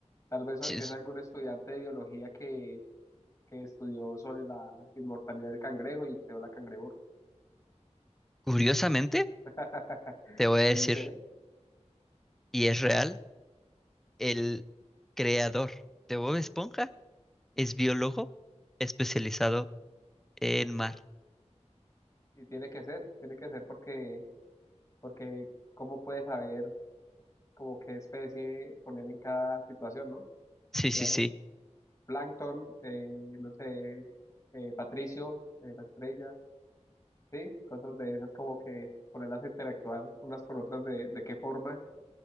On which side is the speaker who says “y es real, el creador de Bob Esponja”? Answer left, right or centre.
Centre